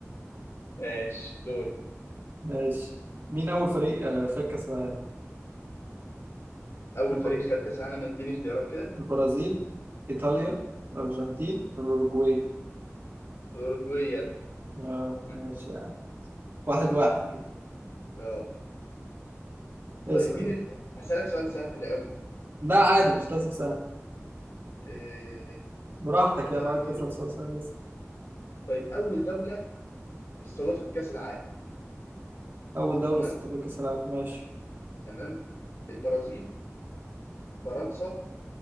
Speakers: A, on the left; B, on the right.
A: ماشي دور
B: ماشي مين أول فريق آه، خد كأس العالم؟
A: اول
B: الب...
A: فريق خد كأس العالم اديني اختيارات كده
B: البرازيل إيطاليا الأرجنتين الأوروجواي
A: اوروجواي يا ابني
B: اه
A: <laughs>
B: ماشي يعني. واحد واحد كده
A: اه
B: اسأل
A: طيب مين ال... هسألك سؤال سهل قوي
B: لا عادي مش لازم سهل
A: آه...
B: براحتك يعني
A: طيب
B: لو عايز تسأل سؤال سهل اسأل
A: طيب اول دولة استضافت كأس العالم
B: أول دولة
A: تمام
B: استضافت كأس العالم ماشي
A: تمام البرازيل فرنسا